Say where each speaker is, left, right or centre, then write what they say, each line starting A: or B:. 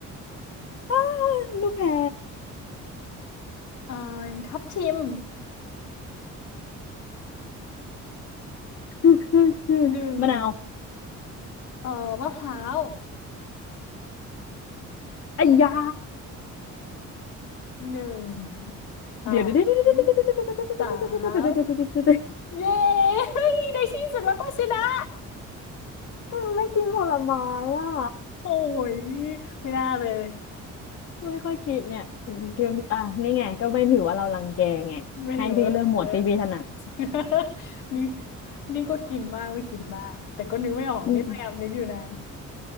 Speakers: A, on the left; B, on the left.
A: อ้าลูกแพร
B: เอ่อทับทิม
A: <laughs>
B: หนึ่ง
A: มะนาว
B: เอ่อมะพร้าว
A: ไอ้ยา
B: หนึ่งสอ
A: เดี๋ยวเดี๋ยวเด
B: ง
A: ี๋
B: สา
A: ยว
B: มเย้ <laughs> ในที่สุดเราก็ชนะ
A: เออไม่กินผลไม้อ่ะ
B: <laughs> โอ้ยไม่น่าเลย
A: ไม่ค่อยกินเนี่ยกินอ่ะนี่ไงก็ไม่ถือว่าเรารังแกไงให้พี่เลือกหมวดที่พี่ถนัด
B: ไม่ถึงเวลาอย่างเงี้ย <laughs> นี่นี่ก็กินบ้างไม่กินบ้างแต่ก็นึกไม่ออกนี่พยายามนึกอยู่นาน
A: อืม